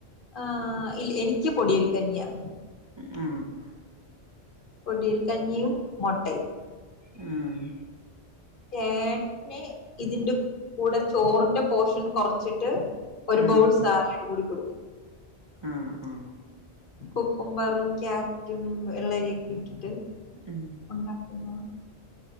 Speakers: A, on the left; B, on the right.
A: ഏഹ് ഇ എനിക്ക് പൊടിയരിക്കഞ്ഞിയാ
B: ഉം ആഹ്
A: പൊടിയരികഞ്ഞിയും മൊട്ടയും
B: ഉം
A: ഏട്ട്ന് ഇതിന്റെ കൂടെ ചോറിന്റെ പോഷൻ കൊർച്ച്ട്ട് ഒരു
B: ആഹ്
A: ബൗൾ സാലഡ് കൂടി കൊട്
B: ആഹ് അഹ്
A: കുക്കുമ്പറും ക്യാരറ്റും എള്ളരിയൊക്കെട്ടിട്ട്
B: ഉം
A: ഒണ്ടാക്കുന്നോ